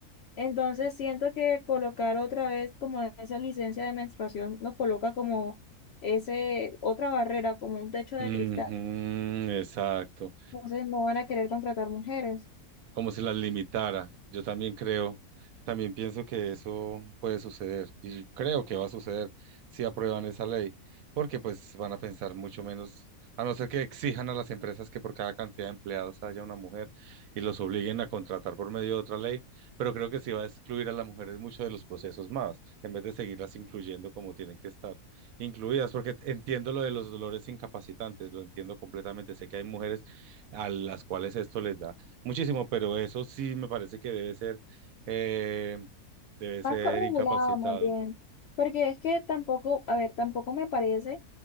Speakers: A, on the left; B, on the right.
A: Entonces siento que colocar otra vez como esa licencia de menstruación nos coloca como ese otra barrera, como un techo de
B: Ujú,
A: cristal
B: exacto.
A: Entonces no van a querer contratar mujeres.
B: como si las limitara. Yo también creo, también pienso que eso puede suceder y creo que va a suceder si aprueban esa ley, porque pues van a pensar mucho menos, a no ser que exijan a las empresas que por cada cantidad de empleados haya una mujer y los obliguen a contratar por medio de otra ley, pero creo que sí va a excluir a las mujeres mucho de los procesos más, en vez de seguirlas incluyendo como tienen que estar incluidas, porque entiendo lo de los dolores incapacitantes, lo entiendo completamente, sé que hay mujeres a las cuales esto les da Muchísimo, pero eso sí me parece que debe ser, eh, debe ser
A: Más corregulado,
B: incapacitado.
A: más bien. Porque es que tampoco, a ver, tampoco me parece,